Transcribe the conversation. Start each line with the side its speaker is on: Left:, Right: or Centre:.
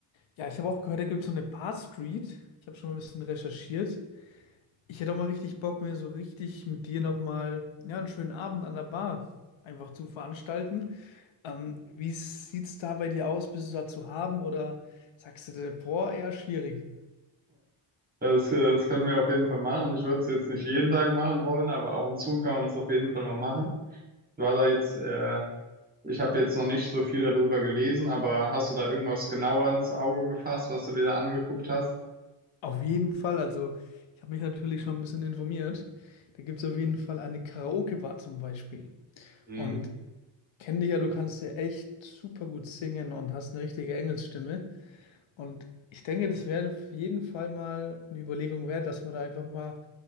Left: Ja, ich habe auch gehört, da gibt es so eine Bar Street. Ich habe schon mal ein bisschen recherchiert. Ich hätte auch mal richtig Bock, mir so richtig mit dir nochmal ja, einen schönen Abend an der Bar einfach zu veranstalten. Ähm, wie sieht's da bei dir aus? Bist du da zu haben oder sagst du dir, boah, eher schwierig?
Right: Das, äh, das können wir auf jeden Fall machen. Ich würde es jetzt nicht jeden Tag machen wollen, aber ab und zu kann man das auf jeden Fall mal machen. Ich war da jetzt äh, Ich habe jetzt noch nicht so viel darüber gelesen, aber hast du da irgendwas genauer ins Auge gefasst, was du dir da angeguckt hast?
Left: Auf jeden Fall. Also, ich habe mich natürlich schon ein bisschen informiert. Da gibt es auf jeden Fall eine Karaoke-Bar zum Beispiel.
Right: Mhm.
Left: Und kenn dich ja, du kannst ja echt super gut singen und hast eine richtige Engelsstimme. Und ich denke, das wäre auf jeden Fall mal eine Überlegung wert, dass man da einfach mal